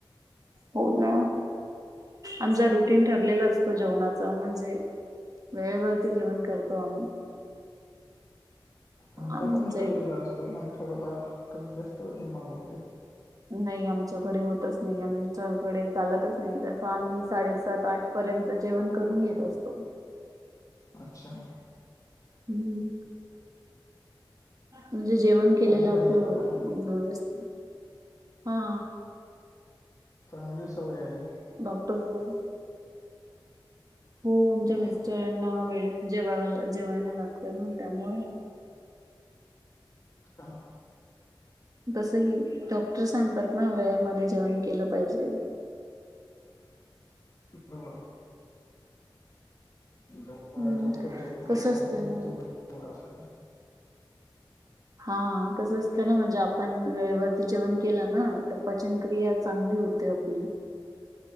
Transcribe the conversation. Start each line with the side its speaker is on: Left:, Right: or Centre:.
Right: हो ना आमचा रुटीन ठरलेलाच तो जेवणाचा म्हणजे वेळेवरती जेवण करतो आम्ही
Left: आमचा
Right: आमचे
Left: पण ठरलेला असतो पण थोडंफार कमी जास्त होते मागं पुढे
Right: नाही आमच्याकडे होतच नाही आमच्याकडे चालतच नाही तस आम्ही साडेसात आठ पर्यंत जेवण करून घेत असतो
Left: अच्छा.
Right: हम् म्हणजे जेवण. केलेलं
Left: चांगलं
Right: आपलंस्थ
Left: आहे चांग
Right: हा.
Left: चांगली सवय आहे.
Right: डॉक्टर बण. हो आमच्या
Left: हम्म
Right: मिस्टरांना वेळेत जेवा जेवायला लागत ना त्यामुळे.
Left: अछा
Right: तस की डॉक्टर सांगतात ना वेळेमध्ये जेवण केलं पाहिजे
Left: रो ल
Right: हम्म.
Left: लवकर जेवढलतु
Right: कसं असते
Left: मही
Right: ना
Left: तेवढं चांगलं असेल
Right: हा कसं असतं ना म्हणजे आपण वेळेवरती जेवण केला ना तर पचनक्रिया चांगली होते आपली